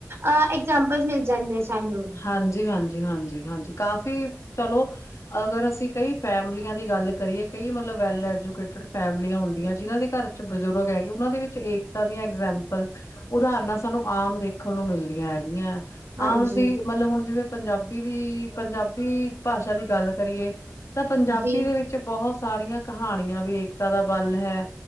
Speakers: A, on the right; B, on the left.
A: ਅ ਐਕਜਾਂਮਪਲ ਮਿਲ ਜਾਂਦੇ, ਸਾਨੂੰ।
B: ਹਾਂਜੀ-ਹਾਂਜੀ, ਹਾਂਜੀ-ਹਾਂਜੀ, ਕਾਫ਼ੀ, ਚਲੋ ਅਗਰ ਅਸੀਂ ਕਈ ਫੈਮਲੀਆਂ ਦੀ ਗੱਲ ਕਰੀਏ, ਕਈ ਮਤਲਬ ਵੈਲ ਐਜੂਕੇਟਡ ਫੈਮਲੀਆਂ ਹੁੰਦੀਆਂ, ਜਿਨਾਂ ਦੇ ਘਰ ਚ ਬਜ਼ੁਰਗ ਹੈਗੇ, ਉਹਨਾਂ ਦੇ ਵਿੱਚ ਏਕਤਾ ਦੀਆਂ ਇਗਜਾਮਪਲ ਉਦਾਹਰਨਾਂ ਸਾਨੂੰ ਆਮ ਵੇਖਣ ਨੂੰ ਮਿਲਦੀਆਂ ਹੈਗੀਆਂ,
A: ਹਾਂਜੀ
B: ਆਮ ਅਸੀਂ ਮਤਲਬ ਹੁਣ ਜਿਵੇਂ ਪੰਜਾਬੀ ਵੀ, ਪੰਜਾਬੀ ਭਾਸ਼ਾ ਦੀ ਗੱਲ ਕਰੀਏ ਮਤਲਬ, ਪੰਜਾਬੀ
A: ਜੀ
B: ਦੇ ਵਿੱਚ ਬਹੁਤ ਸਾਰੀਆਂ ਕਹਾਣੀਆਂ ਵੀ ਏਕਤਾ ਦਾ ਬਲ ਹੈ